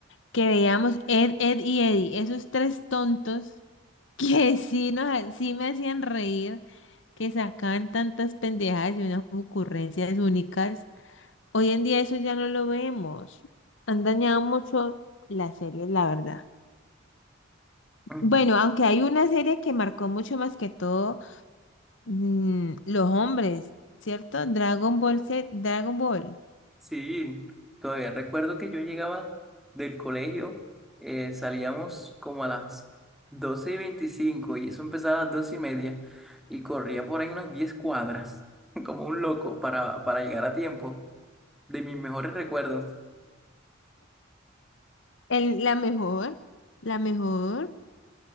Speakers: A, on the left; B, in the centre.
A: que veíamos Ed, Ed y Eddie, esos tres tontos <laughs> que sí, nos, ha- sí me hacían reír, que sacaban tantas pendejadas y unas ocurrencias únicas. Hoy en día eso ya no lo vemos. Han dañado mucho las series, la verdad.
B: mm,
A: Bueno, aunque hay una serie que marcó mucho más que todo mm, los hombres, ¿cierto? Dragon Ball Z, Dragon Ball.
B: Sí, todavía recuerdo que yo llegaba del colegio, eh, salíamos como a las 12 y 25 y eso empezaba a las 12 y media y corría por ahí unas 10 cuadras <laughs> como un loco para, para llegar a tiempo. De mis mejores recuerdos.
A: El- la mejor, la mejor,